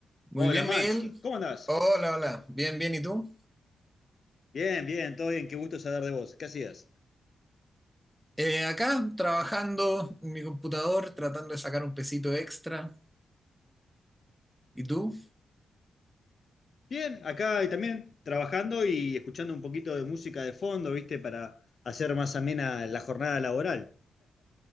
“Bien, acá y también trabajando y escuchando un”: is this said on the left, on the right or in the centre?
Left